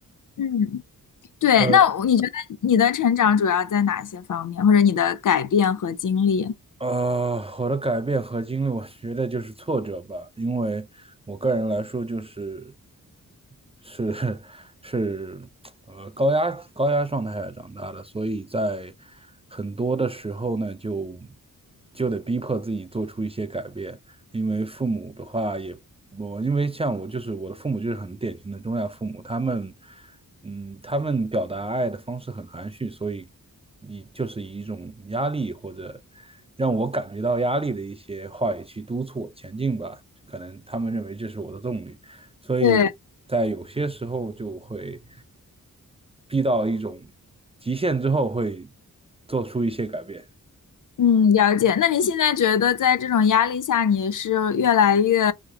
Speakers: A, on the left; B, on the right.
A: 嗯，对，
B: 呃。
A: 那我你觉得你的成长主要在哪些方面，或者你的改变和经历？
B: 呃，我的改变和经历，我觉得就是挫折吧，因为我个人来说，就是是 <laughs> 是呃高压高压状态下长大的，所以在很多的时候呢，就就得逼迫自己做出一些改变，因为父母的话也我因为像我就是我的父母就是很典型的中亚父母，他们嗯他们表达爱的方式很含蓄，所以以就是以一种压力或者。让我感觉到压力的一些话语去督促我前进吧。可能他们认为这是我的动力，所以在有些时候就会
A: 对，
B: 逼到一种极限之后，会做出一些改变。
A: 嗯，了解。那你现在觉得在这种压力下，你是越来越，